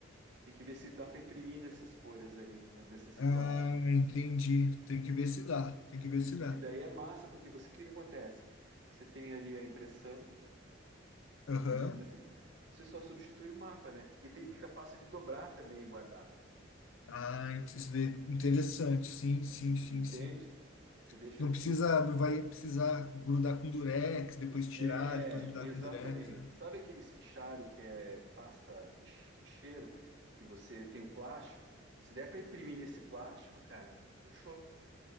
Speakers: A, on the right; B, on the left.
A: Tem que ver se dá para imprimir nessas folhas aí, nesse nesse
B: Ah,
A: plástico.
B: entendi. Tem que ver se dá. Tem que ver se dá.
A: Que daí é massa, porque você o que que acontece? Você tem ali a impressão,
B: Aham.
A: né, nesse- você só substitui o mapa, né? E tem- fica fácil de dobrar também e guardar.
B: Ah, isso daí é interessante. Sim, sim, sim,
A: Entende?
B: sim.
A: Você deixa.
B: Não precisa, não vai precisar grudar com durex, depois tirar,
A: É,
B: depois grudar
A: exatamente.
B: com durex, né?
A: Sabe aqueles fichário que é pasta fich- ficheiro, que você tem o plástico? Se der para imprimir nesse plástico, cara, fechou.